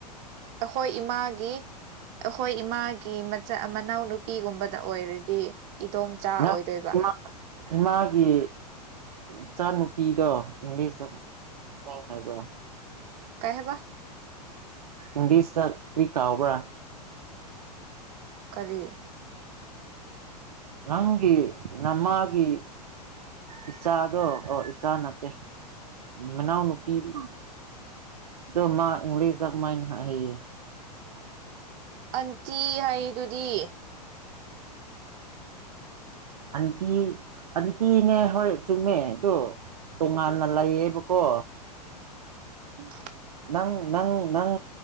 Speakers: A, on the right; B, on the right.
A: ꯑꯩꯈꯣꯏ ꯏꯃꯥꯒꯤ ꯑꯩꯈꯣꯏ ꯏꯃꯥꯒꯤ ꯃꯆꯥ ꯃꯅꯥꯎ ꯅꯨꯨꯄꯤꯒꯨꯝꯕꯗ ꯑꯣꯏꯔꯗꯤ ꯏꯗꯣꯝꯆꯥ
B: ꯅꯪ
A: ꯑꯣꯏꯗꯣꯏꯕ
B: ꯏꯃꯥ ꯏꯃꯥꯒꯤ ꯏꯆꯥꯅꯨꯄꯤꯗꯣ ꯏꯪꯂꯤꯁꯇ ꯋꯥꯞ ꯍꯥꯢꯕ꯭ꯔꯥ
A: ꯀꯥꯏ ꯍꯥꯢꯕ
B: ꯏꯪꯂꯤꯁꯇ ꯀ꯭ꯔꯤ ꯀꯥꯎꯕ꯭ꯔꯥ
A: ꯀꯔꯤ
B: ꯅꯪꯒꯤ ꯅꯃꯥꯒꯤ ꯏꯆꯥꯗꯣ ꯑꯣ ꯏꯆꯥ ꯅꯠꯇꯦ ꯃꯅꯥꯎ ꯅꯨꯄꯤꯗ ꯗꯣ ꯃꯥ ꯏꯪꯂꯤꯁꯗ ꯀꯃꯥꯏꯅ ꯍꯥꯏꯌꯦ
A: ꯑꯟꯇꯤ ꯍꯥꯏꯔꯤꯗꯨꯗꯤ
B: ꯑꯟꯇꯤ ꯑꯟꯇꯤꯅꯦ ꯍꯣꯏ ꯆꯨꯝꯃꯦ ꯗꯣ ꯇꯣꯉꯥꯟꯅ ꯂꯩꯌꯦꯕꯀꯣ
A: ꯎꯝ
B: ꯅꯪ ꯅꯪ ꯅꯪ